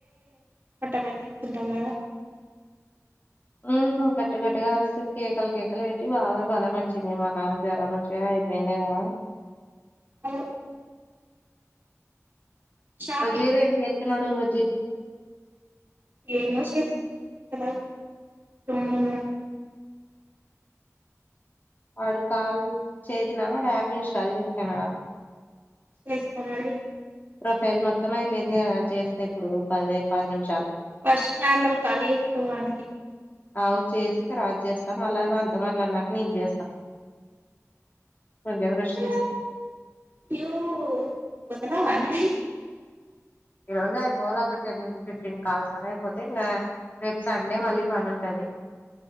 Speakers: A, on the right (about 40°); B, on the left (about 35°).
A: కట్టమని చెప్తుంటాం కదా
B: ఆ కట్టు కట్టుగా అరిసి కేకలు కేకలు పెట్టి బాగా బలం వచ్చింది మన జ్వరం వచ్చి అయిపోయింది కదా
A: హలో షాపింగ్
B: వజీర్ ఏమ్ చెత్తున్నాడు వజీర్
A: ఏమో చేస్తున్నాడు గొమ్మునాడు
B: వాడు కాల్ చేదిన వాడు యాప్ ఇన్స్టాల్ చేస్కునడా
A: చేసుకునడే
B: ప్రొఫైల్ మొత్తం అయిపోయింది కద చేస్తే ఇప్పుడు పదే పది నిమి
A: ఫస్ట్ నార్మల్ కాల్ చేసుకో వానికి
B: అవ్ చేసి తర్వాత చేస్తా మళ్ళా వానితో మాట్లాడినాకా నిక్ చేస్తా కొంచెం రెస్ట్
A: ఏ
B: తీస్
A: నువ్వు వదలవా నన్ని
B: ఈ రోజు అయిపోవాలి ఒక టెన్ ఫిఫ్టీన్ కాల్స్ అన అయిపోతే ఇంగ రేపు సండే మళ్ళీ పని ఉంటది